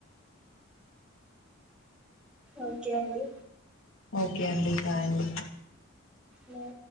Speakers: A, in the centre; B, on the left.
A: ఓకే అండి
B: ఓకే అండి బాయ్ అండి
A: లేదు